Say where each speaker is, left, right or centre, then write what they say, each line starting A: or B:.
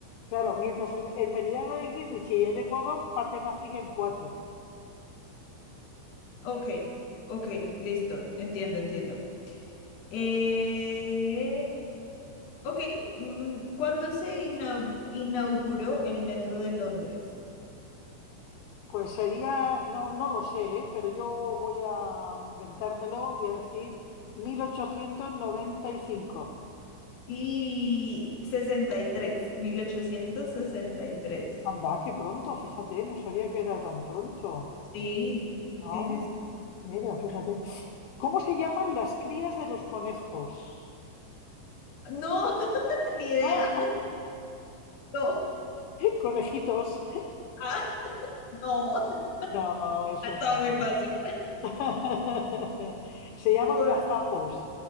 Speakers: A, on the left; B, on the left.
A: claro, mientras el, el meridiano de Greenwich y el Ecuador parten África en cuatro.
B: ok, ok, listo, entiendo, entiendo. Eh, Ok, mm, ¿cuándo se inau- inauguró el metro de Londres?
A: Pues sería, no, no lo sé, ¿eh? pero yo voy a inventármelo, voy a decir 1895.
B: Y sesenta sesenta y tres, mil ochocientos sesenta y tres.
A: Anda, qué pronto, fíjate, no sabía que era tan pronto.
B: Sí, sí,
A: Ah,
B: sí, sí.
A: mira, fíjate. ¿Cómo se llaman las crías de los conejos?
B: No, <laughs> ni idea.
A: Ah,
B: No,
A: <laughs> conejitos.
B: ah, no, <laughs>
A: No, eso
B: ha estado
A: no.
B: muy fácil.
A: <laughs> Se llaman
B: Bu-
A: gazapos.